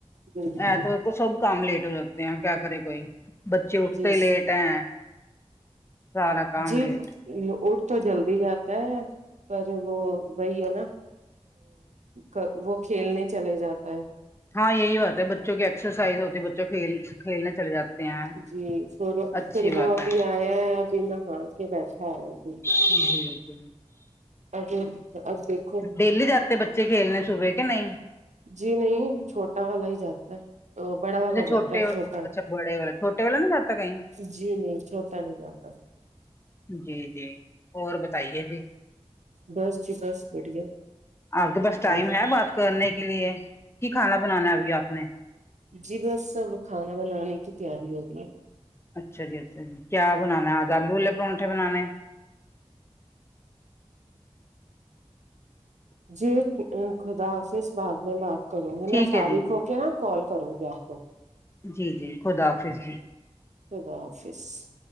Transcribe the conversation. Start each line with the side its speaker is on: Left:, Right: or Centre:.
Right: بالکل
Left: ایتوار کو سب کام لیٹ ہو جاتے ہیں کیا کرے کوئی بچے اٹھتے
Right: جی
Left: لیٹ ہیں سارا کام
Right: جی
Left: لیٹ
Right: اٹ تو جلدی جاتا ہے پر وہ وہی ہے نا آ وہ کھیلنے چلے جاتا ہے
Left: ہاں یہی بات ہے بچوں کی ایکسرسائز ہوتی ہے بچوں کھیل کھیلنے چلے جاتے ہیں
Right: جی پھر
Left: اچھی
Right: پھر وہ
Left: بات
Right: ابھی
Left: ہے
Right: آیا ہے ابھی نہا کے بیٹھا ہے ابھی ہاں
Left: جی جی
Right: ابھی اب دیکھ
Left: ڈیلی جاتے ہے بچے کھیلنے صبح کہ نہیں
Right: جی نہیں چھوٹا والا ہی جاتا ہے بڑا والا
Left: اچھا چھوٹے
Right: جاتا ہے چھوٹا
Left: اچھا بڑے والا چھوٹے والا نہیں جاتا کہیں
Right: جی نہیں چھوٹا نہیں جاتا
Left: جی جی اور بتائیے جی
Right: بس جی بس بڑھیا
Left: آپ کے پاس ٹائم
Right: ہاں
Left: ہے بات کرنے کے لیے کی کھانا بنانا ہے ابھی آپ نے
Right: جی بس اب کھانا بنانے کی تیاری ہو رہی ہے
Left: اچھا جی اچھا جی کیا بنانا ہے آج آلو والے پرونٹھے بنانے ہیں
Right: جی خدا حافظ بعد میں بات کروں گی
Left: ٹھیک
Right: میں فارغ
Left: ہے جی جی
Right: ہو کے نا کال کروں گی آپ کو
Left: جی جی خدا حافظ جی
Right: خدا آفس